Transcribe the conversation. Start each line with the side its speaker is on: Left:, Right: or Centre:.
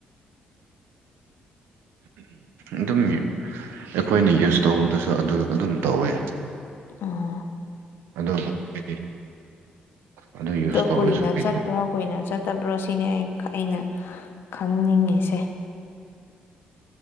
Right: ꯑꯗꯨꯝ ꯑꯩꯈꯣꯏꯅ ꯌꯨꯁ <inaudible> ꯇꯧꯕꯗꯨꯁꯨ ꯑꯗꯨ ꯑꯗꯨꯝ ꯇꯧꯋꯦ
Left: ꯑꯣ
Right: ꯑꯗꯨꯕꯨ ꯍꯥꯏꯗꯤ <inaudible> ꯑꯗꯨ ꯌꯨꯁ
Left: ꯑꯗꯣ
Right: ꯇꯧꯔꯁꯨ
Left: ꯀꯨꯏꯅ
Right: ꯀꯨꯏ-
Left: ꯆꯠꯄ꯭ꯔꯣ ꯀꯨꯏꯅ ꯆꯠꯇꯕ꯭ꯔꯣ ꯁꯤꯅꯤ ꯑꯩ ꯑꯩꯅ ꯈꯪꯅꯤꯡꯉꯤꯁꯦ